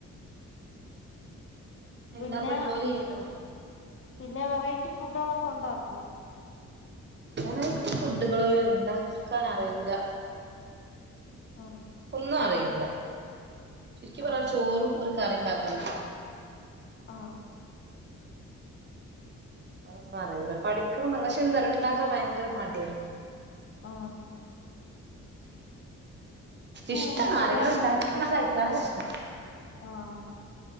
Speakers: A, on the right; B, on the left.
A: എന്താപ്പ
B: പിന്നെ
A: ജോലി ചെയ്യണ്ടോ?
B: പിന്നെ വെറൈറ്റി ഫുഡുകളൊക്കെ ഒണ്ടാക്കോ?.
A: വെറൈറ്റി ഫുഡുകള് ഇണ്ടാക്കാനറിയൂല.
B: ആഹ്.
A: ഒന്നും അറിയൂല ചുരുക്കി പറയാണേ
B: ആഹ്
A: ചോറും ഒരു കറിണ്ടാക്കാന്
B: ആഹ്.
A: വെറൊന്നും അറിയൂല്ല പഠിക്കണന്ന് പക്ഷെ എന്താറിയോ ഇണ്ടാക്കാൻ ഭയങ്കര മടിയാ-
B: ആഹ്. ഉം
A: ഇഷ്ടാവ
B: പിന്നെ
A: ആരെങ്കിലും ഉണ്ടാക്കി തന്നാ കഴിക്കാനൊക്കെ ഇഷ്ടാ.
B: ആഹ്.